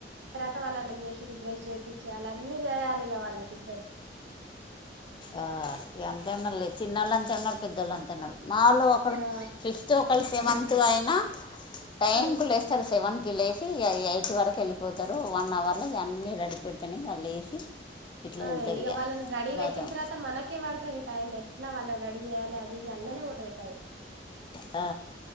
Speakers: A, on the right (about 85°); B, on the left (about 25°).
A: తర్వాత వాళ్ళనే ఏం చేసిండ్రు బ్రష్ చేపించాలా అన్ని చేయాలిగా వాళ్ళకి ఇద్దరికి
B: ఆ ఎంతేమన్నా లేదు చిన్నోళ్ళు అంతేన్నారు పెద్దోళ్ళు అంతేన్నారు మా వాళ్ళు
A: ఆ
B: ఫిఫ్త్ ఒకళ్ళు సెవెంత్ అయినా టైం
A: ఉమ్
B: కి లేస్తారు సెవెన్ కి లేసి ఎయిట్ వరకు వెళ్ళిపోతారు వన్ అవర్లో ఇవన్నీ రెడీ పెడతాను వాళ్ళు లేసి ఇట్లా
A: అదే
B: వెళ్తారు
A: ఇక
B: ఇగ
A: వాళ్ళని రెడీ
B: బాతం
A: పెట్టిన తర్వాత మనకే పడతాది టైం ఎట్లా వాళ్ళని రెడీ చేయాలి అది ఇది అల్లనే పోతది టైం
B: హా